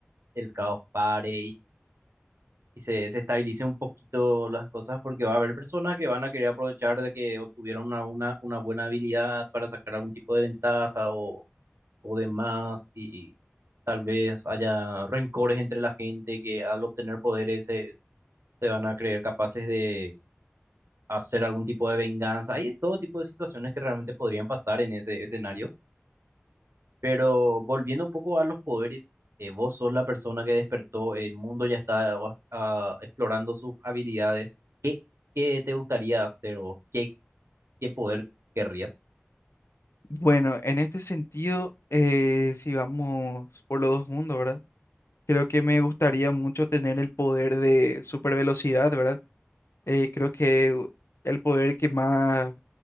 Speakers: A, on the right; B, on the left.
A: el caos pare y se, se estabilice un poquito las cosas porque va a haber personas que van a querer aprovechar de que obtuvieron una, una, una buena habilidad para sacar algún tipo de ventaja o, o demás y tal vez haya rencores entre la gente que al obtener poderes se, se van a creer capaces de hacer algún tipo de venganza. Hay de todo tipo de situaciones que realmente podrían pasar en ese escenario, pero volviendo un poco a los poderes. eh, vos sos la persona que despertó, el mundo ya está ah, explorando sus habilidades ¿Qué te gustaría hacer o qué, qué poder querrías?
B: Bueno, en este sentido, eh, si vamos por los dos mundos, ¿verdad? Creo que me gustaría mucho tener el poder de super velocidad, ¿verdad? Eh, creo que u- el poder que más,